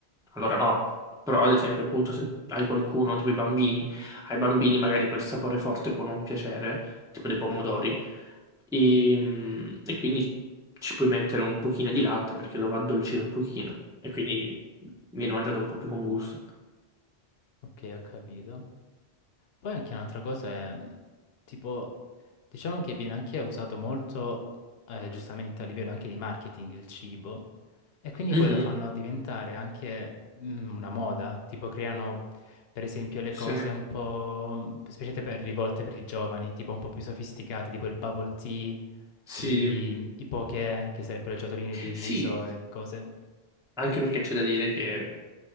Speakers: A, in the centre; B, on the left.
A: allora no, però ad esempio appunto se hai qualcuno, tipo i bambini, ai bambini magari quel sapore forte può non piacere, tipo dei pomodori, e, mm, e quindi ci puoi mettere un pochino di latte perché lo va a addolcire un pochino e quindi viene mangiato un po' più con gusto.
B: Ok, ho capito. Poi anche un'altra cosa è, mh, tipo, diciamo che viene anche usato molto, eh, giustamente a livello anche di marketing, il cibo. E quindi
A: Mhm,
B: poi lo fanno diventare anche mm, una moda, tipo creano per esempio le
A: Sì.
B: cose un po', specialmente per rivolte per i giovani, tipo un po' più sofisticate, tipo il bubble tea,
A: Sì,
B: i, i poké, che sarebbero ciotoline di riso
A: Sì,
B: e cose.
A: Anche perché c'è da dire che